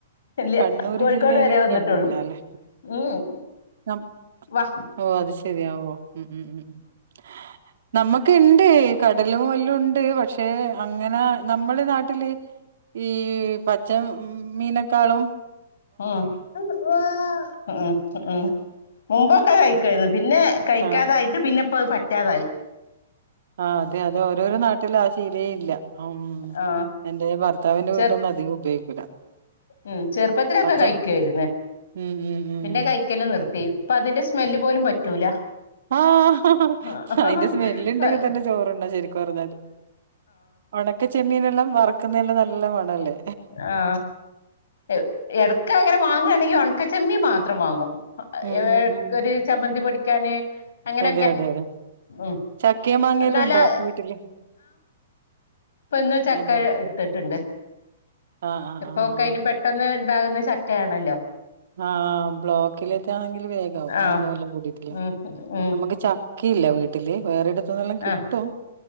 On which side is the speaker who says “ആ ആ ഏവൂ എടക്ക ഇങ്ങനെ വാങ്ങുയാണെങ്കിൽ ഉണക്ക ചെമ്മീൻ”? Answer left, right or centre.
Left